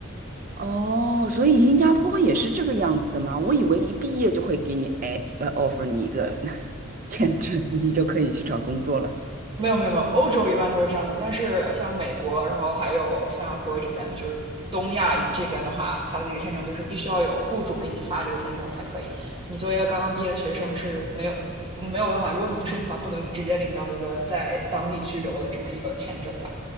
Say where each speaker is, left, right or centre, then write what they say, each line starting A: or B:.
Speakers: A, on the right (about 40°); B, on the right (about 25°).
A: 哦，所以新加坡也是这个样子的吗？我以为一毕业就会给你哎呃 offer 你一个 <laughs> 签证，你就可以去找工作了。
B: 没有没有没有，欧洲一般都是这样的，但是像美国，然后还有新加坡这边，就是东亚这边的话，他的那个签证就是必须要有雇主给你发这个签证才可以。你作为一个刚刚毕业的学生是没有没有办法，如果你不申请的话，不能直接领到一个在当地居留的这么一个签证吧？